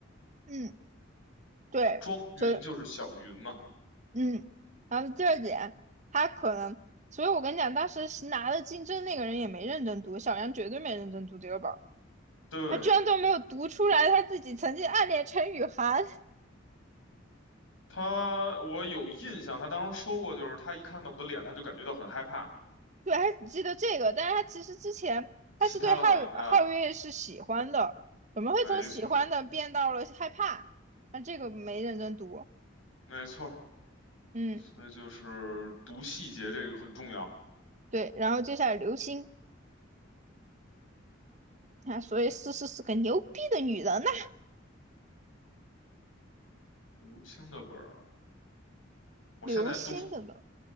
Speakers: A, on the right (about 35°); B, on the left (about 90°).
A: 嗯，对，
B: 庄云就是小云嘛。
A: 所嗯，然后第二点，他可能，所以我跟你讲，当时是拿了金争那个人也没认真读，小杨绝对没认真读这个本儿
B: 对，
A: 他居然都没有读出来他自己曾经暗恋陈雨涵。
B: 他，我有印象，他当时说过，就是他一看到我的脸，他就感觉到很害怕。
A: 对，还记得这个，但是他其实之前他是对皓皓月是喜欢的，
B: 其他的好像他，
A: 怎么会从喜欢的变到了害怕？
B: 没错儿
A: 那这个没认真读，
B: 没错儿
A: 嗯，
B: 所以就是读细节这个很重要。
A: 对，然后接下来流星啊，所以思思是个牛逼的女人呐、
B: 刘星的本儿，我现在都是，
A: 流星的呢，